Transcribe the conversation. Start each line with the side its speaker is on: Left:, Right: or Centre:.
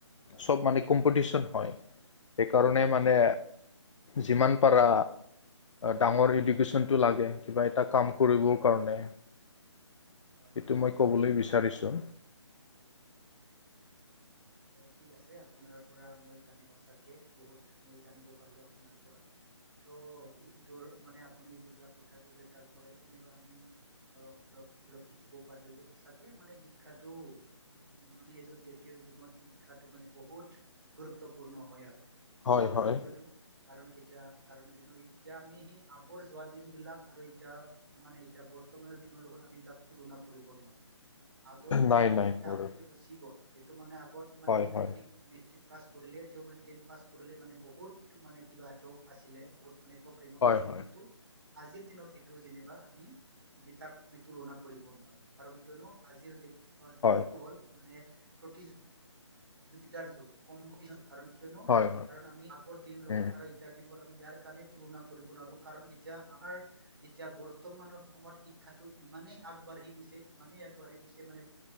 Right: হয়
Left: চব মানে কম্পিটিশ্যন হয়। সেইকাৰণে মানে যিমান পাৰা ডাঙৰ এডুকেশ্যনটো লাগে, কিবা এটা কাম কৰিবৰ কাৰণে,
Right: হয়
Left: এইটো মই ক'বলৈ বিচাৰিছোঁ।
Right: হয় <inaudible> অঁ ঠিক আছে। আপোনাৰ পৰা মই জানি সঁচাকে বহুত মই জানিব পাৰিলোঁ আপোনাৰ পৰা। ত' ইটোৰ মানে আপুনি যিবিলাক কথা কৈলে তাৰ পৰাই যেনিবা আমি অ অলপ অলপ শিকিব পাৰিলো যে সঁচাকে মানে শিক্ষাটো উম মানে এজন ব্যক্তিৰ জীৱনত শিক্ষাটো মানে বহুত গুৰুত্বপূৰ্ণ হয় আৰু।
Left: হয়
Right: কাৰণ
Left: হয়
Right: কিয়নো কাৰণ কি এতিয়া কাৰণ কিয়নো এতিয়া আমি সেই আগৰ যোৱা দিন বিলাক আৰু এতিয়া মানে এতিয়া বৰ্তমানৰ দি নৰ লগত আমি এইবিলাক তুলনা কৰিব নোৱাৰো। আগৰ দিনটো
Left: নাই নাই
Right: মানে
Left: বাৰু।
Right: আগতে গুচি গ'ল। সেইটো মানে আগত মানে
Left: হয়
Right: মেট্ৰিক
Left: হয়
Right: মেট্ৰিক পাছ কৰিলে, তেওঁ মানে টেন পাছ কৰিলে মানে বহুতটো মানে কিবাটো আছিলে বহুত মানে তপ ৰেঙত
Left: হয়
Right: আছিলে
Left: হয়
Right: কিন্তু, আজিৰ দিনত সেইটো যেনিবা আমি আমি তাক আমি তুলনা কৰিব নোৱাৰো। কাৰণ কিয়নো আজিৰ দে
Left: হয়
Right: দিনটো হ'ল মানে প্ৰতিযোগিতাৰ যুগ। কম্পিটিচন কাৰণ কিয়নো,
Left: হয় হয়
Right: কাৰণ আমি আগৰ দিন
Left: হয়
Right: লগত আৰু এতিয়াৰ দিনবোৰ আমি ইয়াৰ কাৰণে তুলনা কৰিব নোৱাৰো। কাৰণ এতিয়া আমাৰ এতিয়া বৰ্তমানৰ সময়ত শিক্ষাটো ইমানেই আগবাঢ়ি গৈছে, ইমানেই আগবাঢ়ি গৈছে, মানে